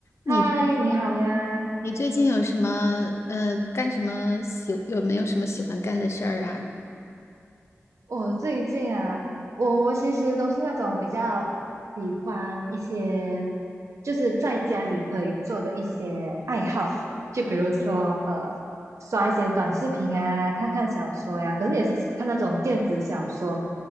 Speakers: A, on the left (about 65°); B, on the right (about 90°).
A: 你最
B: 嗨，你好呀！
A: 你最近有什么呃干什么喜有没有什么喜欢干的事儿啊？
B: 我最近啊，我我其实都是那种比较喜欢一些，就是在家里可以做的一些爱好，就比如说呃，刷一些短视频啊，看看小说呀，可是也是看那种电子小说。